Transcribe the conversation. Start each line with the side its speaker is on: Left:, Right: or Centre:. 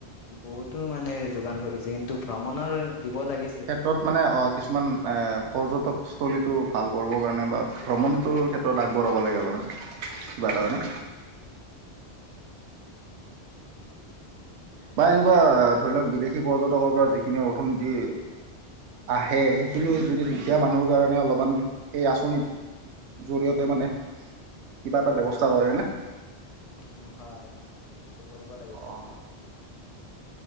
Left: বহুতো মানে যোগান ধৰিছে কিন্তু ভ্ৰমণৰ দিব লাগিছিল
Right: ক্ষেত্ৰত মানে অ কিছুমান পৰ্যটকস্থলীটো ভাল কৰিবৰ কাৰণে বা ভ্ৰমণটোৰ ক্ষেত্ৰত আগবঢ়াব লাগে অলপ কিবা কাৰণে
Left: <unintelligible>
Right: বা এনেকুৱা ধৰি লওক বিদেশী পৰ্যটকৰ পৰা যিখিনি অৰ্থনীতি আহে সেইখিনি যদি দুখীয়া মানুহৰ কাৰণে অলপমান সেই আঁচনিত জৰিয়তে মানে কিবা এটা ব্য্ৱস্থা কৰেনেে
Left: উ হয় হয় হয় সেইটো কৰিব লাগে
Right: অ'।
Left: ব্যৱস্থাটো